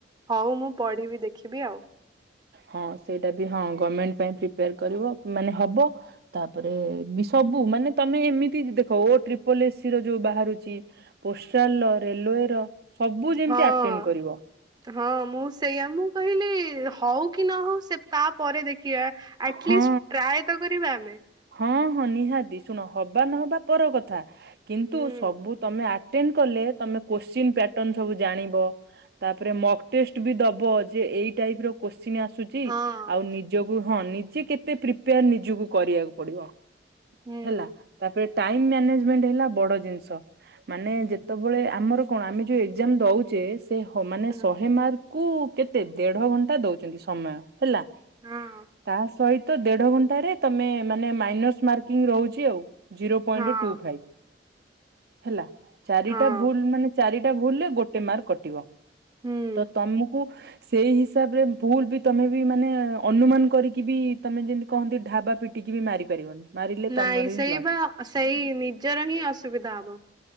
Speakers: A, on the right; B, on the right.
A: ହଉ ମୁଁ ପଢିବି ଦେଖିବି ଆଉ।
B: ହଁ ସେଇଟା ବି ହଁ ଗମେଣ୍ଟ ପାଇଁ ପ୍ରିପେୟାର୍ କରିବ ମାନେ ହବ। ତାପରେ ବି ସବୁ ମାନେ ତୋମେ ଏମିତି ଦେଖ ଓ ଟ୍ରିପଲ୍ ଏ ସି ର ଯୋଉ ବାହାରୁଚି ପୋଷ୍ଟାଲ ର ରେଲୱେ ର। ସବୁ ଯେମିତି
A: ହଁ,
B: ଆଟେଣ୍ଡ କରିବ
A: ହଁ ମୁଁ ସେଇଆ ମୁଁ କହିଲି ହଉ କି ନ ହଉ ସେ ତାପରେ ଦେଖିବା ଆଟଲିଷ୍ଟ
B: ହଁ
A: ଟ୍ରାଏ ତ କରିବା ଆମେ।
B: ହଁ, ହଁ ନିହାତି ଶୁଣ ହବା ନହବା ପର କଥା କିନ୍ତୁ
A: ହୁଁ
B: ସବୁ ତୋମେ ଆ ଟେନ୍ କଲେ ତୋମେ କୋଶ୍ଚିନ୍ ପ୍ୟାଟନ୍ ସବୁ ଜାଣିବ। ତା ତାପରେ ମକ ଟେଷ୍ଟ ବି ଦବ ଯେ ଏଇ ଟାଇପ୍ ର କୋଶ୍ଚିନ୍ ଆସୁଚି।
A: ହଁ
B: ଆଉ ନିଜକୁ ହଁ ନି ଯେ କେତେ ପ୍ରିପିୟାର୍ ନିଜକୁ କରିବାକୁ ପଡିବ।
A: ହୁଁ।
B: ହେଲା। ତାପରେ ଟାଇମ୍ ମ୍ୟାନେଜମେଣ୍ଟ ହେଲା ବଡ ଜିନିଷ। ମାନେ ଯେତେବେଳେ ଆମର କଣ ଆମେ ଯୋଉ ଏକ୍ଜାମ୍ ଦଉଚେ। ସେ ହ-ମାନେ
A: ହଁ
B: ଶହେ ମାର୍କକୁ ସେ ଦେଢ ଘଣ୍ଟା ଦଉଚନ୍ତି ସମୟ ହେଲା।
A: ହଁ
B: ତା ସହି ତ ଦେଢ ଘଣ୍ଟାରେ ତୋମେ ମାନେ ମାଇନସ୍ ମାର୍କିଂ ରହୁଚି ଆଉ। ଜିରୋ ପଏଣ୍ଟ
A: ହଁ
B: ଟୁ ଫାଇପ୍ ହେଲା। ଚାରିଟା
A: ହଁ
B: ଭୁଲ ମାନେ ଚାରିଟା ଭୁଲରେ ଗୋଟେ ମାର୍କ କଟିବ।
A: ହୁଁ
B: ତ ତୋମକୁ ସେଇ ହିସାବ ରେ ଭୁଲ ବି ତୋମେ ବିଷମାନେ ଅନୁମାନ କରିକି ବି ତୋମେ ଯେମିତି କହନ୍ତି ଢାବା ପିଟିକି ବି ମାରି ପାରିବନି। ମାରିଲେ
A: ନାଇଁ
B: ତମର
A: ସେଇ
B: ହିଁ
A: ବା ସେଇ
B: ଲସ୍।
A: ନିଜର ହିଁ ଅସୁବିଧା ହବ।